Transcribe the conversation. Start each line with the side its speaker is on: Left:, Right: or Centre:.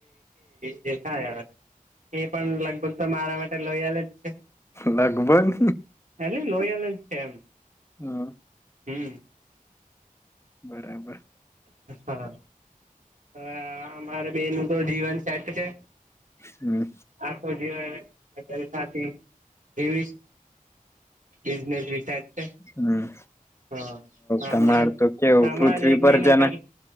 Right: જે થાય અવે એ પણ લગભગ ત મારા મા લોયલ જ છે.
Left: લગભગ
Right: એટલે લોયલ જ છે એમ
Left: હા
Right: હમ
Left: બરાબર
Right: હા હવે આ અમારે બેય નું તો જીવન સેટ છે.
Left: હમ
Right: આખુ જીવન તેની સાથે જીવીસ બિઝનેસ બી સેટ છે
Left: હમ
Right: હા
Left: તમારે
Right: હમણાં જ
Left: તો કેવું
Right: હમણાં
Left: પૃથ્વી
Right: જ એક
Left: પર
Right: મહિના
Left: જન
Right: પહેલા